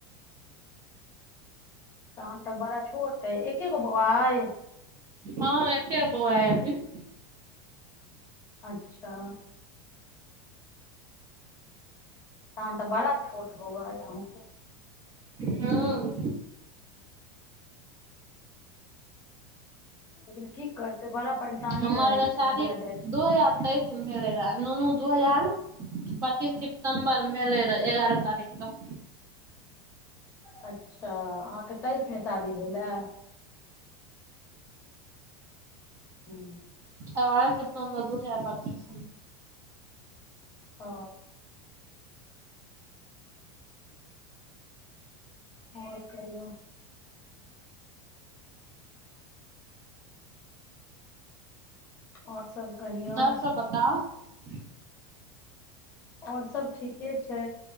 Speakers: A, on the left; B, on the right.
A: त तऽ बड़ा छोट ह एके गो बौआ हय
B: हँ एकय गो बौआ अय एखन
A: अच्छा तह तऽ बड़ा छोट बौआ यह
B: हँ
A: लेकिन की करतै बड़ा परेशानी
B: हमर
A: रहै छै
B: शादी
A: महिला जाति
B: दू हजार तेइस मे मिले रह ननू दू हजार पच्चीस सितम्बरमे एलय रहय एगारह तारीख त
A: अच्छा अहाँके तेइसमे शादी भेलए हू
B: त फर त द दू हय बकी स
A: ह आओर कहियो आओर सब कहियौ
B: आओर सब बता <unintelligible>
A: आओर सभ ठीके छै